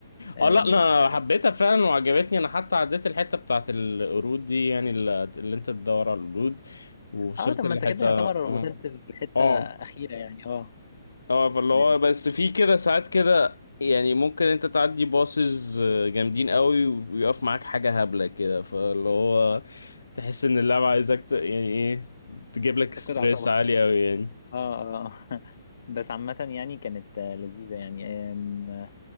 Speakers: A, on the left; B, on the left.
A: آم،
B: اه لا لا، انا حبيتها فعلا وعجبتني انا حتى عديت الحته بتاعت القرود دي يعني اللي اللي انت تدور على القرود ووصلت
A: اه طب ما
B: لحته
A: انت كده يعتبر
B: اه
A: وصلت لحته
B: اه
A: اخيره يعني اه
B: اه فاللي
A: يعني
B: هو
A: انت
B: بس في كده ساعات كده يعني ممكن انت تعدي باصز جامدين قوي ويقف معاك حاجة هبلة كده فاللي هو تحس ان اللعبة عايزك ت- يعني ايه تجيب لك ستريس
A: بتفقد اعصابك
B: عالي قوي يعني
A: اه اه <laughs> بس عامة يعني كانت آه، لذيذة يعني آم،